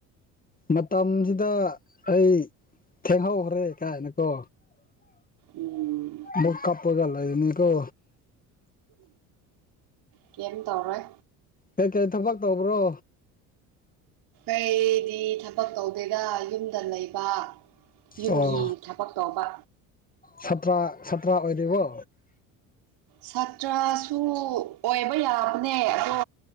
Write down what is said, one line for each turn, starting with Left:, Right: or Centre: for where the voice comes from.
Left: ꯃꯇꯝꯖꯤꯗ ꯑꯩ ꯊꯦꯡꯍꯧꯈ꯭ꯔꯦ ꯀꯥꯏꯅꯀꯣ
Right: ꯎꯝ
Left: ꯃꯨꯛ ꯀꯞꯄꯒ ꯂꯩꯒꯅꯤꯀꯣ
Right: ꯀꯩꯝ ꯇꯧꯔꯣꯏ
Left: ꯀꯩ ꯀꯩ ꯊꯕꯛ ꯇꯧꯕ꯭ꯔꯣ
Right: ꯑꯩ ꯗꯤ ꯊꯕꯛ ꯇꯧꯗꯦꯗ ꯌꯨꯝꯗ ꯂꯩꯕ ꯌꯨꯝꯒꯤ
Left: ꯑꯣ
Right: ꯊꯕꯛ ꯇꯧꯕ
Left: ꯊꯕꯛ ꯊꯕꯛ ꯑꯣꯏ INAUDIBLE
Right: ꯁꯥꯇ꯭ꯔꯥꯁꯨ ꯑꯣꯏꯕ ꯌꯥꯕꯅꯦ ꯑꯗꯣ